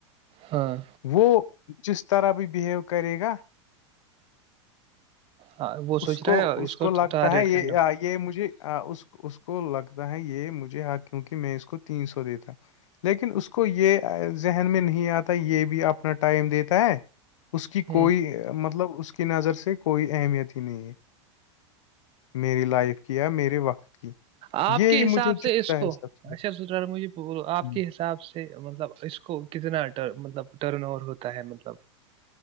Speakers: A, on the right; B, on the left.
A: ہاں
B: وہ جس طرح بھی بیہیو کرے گا
A: ہاں وہ سوچ
B: اس کو
A: رہا ہے
B: اس کو لگتا
A: ٹارگیٹ
B: ہے یہ
A: کرنا
B: یہ مجھے اس کو لگتا ہے یہ مجھے کیونکہ میں اس کو تین سو دیتا لیکن اس کو یہ ذہن میں نہیں آتا یہ بھی اپنا ٹائم دیتا ہے اس کی
A: ہ
B: کوئی مطلب اس کی نظر سے کوئی اہمیت ہی نہیں ہے میری لائف کی یا میرے وقت کی
A: آپ
B: یہی
A: کے حساب
B: مجھے
A: سے
B: چپتا
A: اس کو
B: ہے سب سے
A: اچھا مجے بولو
B: ہوں۔
A: آپ کے حساب سے مطلب اس کو کتنا مطلب ٹرن اوور ہوتا ہے مطلب